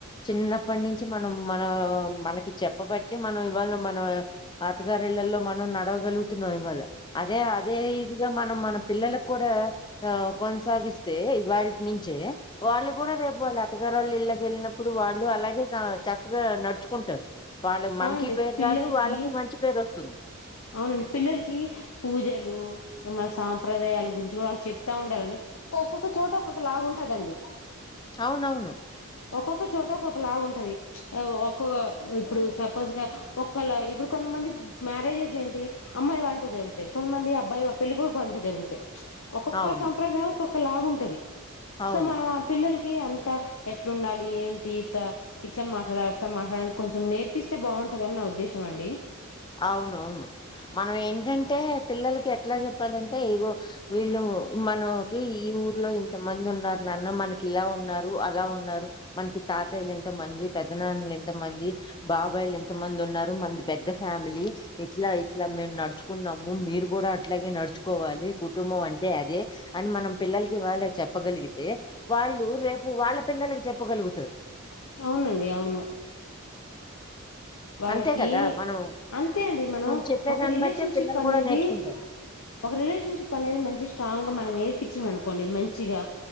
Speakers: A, on the left; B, on the left.
A: చిన్న అప్పటి నుంచి మనం మన మనకి చెప్పబట్టి మనం ఇవాళ మన అత్త గారి ఇళ్లల్లో మనం నడవగలుగుతున్నాం ఇవాళ అదే అదే ఇదిగా మనం మనం పిల్లలకు కూడా ఆ కొనసాగిస్తే ఇవాల్టి నుంచే వాళ్ళు కూడా రేపు వాళ్ళు అతగారు వాళ్ళు ఇళ్ళకి వెళ్ళినప్పుడు వాళ్ళు అలాగే ఏ చక్కగా నడుచుకుంటారు వాళ్ళు మనకి
B: అవునండి
A: పేరు
B: పిల్లలకి
A: రాదు వాళ్ళకి మంచి పేరు వస్తుంది
B: అవునండి పిల్లలకి పూజలు మన సాంప్రదాయాలు గురించి కూడా వాళ్ళ చెప్తా ఉండాలండి ఒ ఒక్కొక్క చోట ఒక్కొక్క లాగా ఉంటదండి
A: అవునవును
B: ఒక్కొక్క చోట ఒక్కొక్క లాగా ఉంటది ఒక్కొ ఇప్పుడు సపోజ్ గా ఒ ఇప్పుడు కొంతమంది మ్యారేజెస్ ఏంటి అమ్మాయి వాళ్ళ ఇంట్లో జరుగుతాయి కొంతమంది అబ్బయి పెళ్ళికొడుకు వాళ్ళ ఇంట్లో జరుగుతాయి ఒక్కొక్క
A: అవును
B: సంప్రదాయం ఒక ఒక లాగు ఉంటది
A: అవును
B: సో మనం ఆ పిల్లలకి అం ఇ ఎట్లుండాలి ఏంటి ఇట్లా ఇట్లా మాట్లాడ మాట్లాడానికి కొంచెం నేర్పిస్త చే బావుండ్ చదని నా ఉద్దేశం అండి
A: అవునువును మనం ఏంటంటే పిల్లలకి ఎట్లా చెప్పాలంటే ఇగో వీళ్ళు మనకి ఈ ఊర్లో ఇంత మంది ఉన్నారు నాన్న మనకి ఇలా ఉన్నారు అలా ఉన్నారు మనకి తాతయ్యలు ఎంతమంది పెద్దనాన్నలు ఎంతమంది బాబాయిలు ఎంతమంది ఉన్నారు మనంది పెద్ద మళ్ళిఎట్లా ఇట్లా మేమ్ నడుత్ నడుచుకున్నాము మీరు కూడా అట్లాగే నడుచుకోవాలి కుటుంబం అంటే అదే అని మనం పిల్లలకి వాళ్ళ చెప్పగలిగితే వాళ్ళు రేపు వాళ్ళ పిల్లలకి చెప్పగలుగుతారు
B: అవునండి అవును వాళ్ళకి
A: అంతే కదా మనం
B: అంతే అండి మనం
A: చెప్పేదాన్ని
B: ఒక రిలేషన్షిప్
A: బట్టే పిల్లలు
B: అనేది
A: కూడా నేర్చుకుంటారు
B: ఒక రిలేషన్షిప్ అనేది మంచి స్ట్రాంగ్ గా మ నేర్పించిన అనుకోండి మంచిగా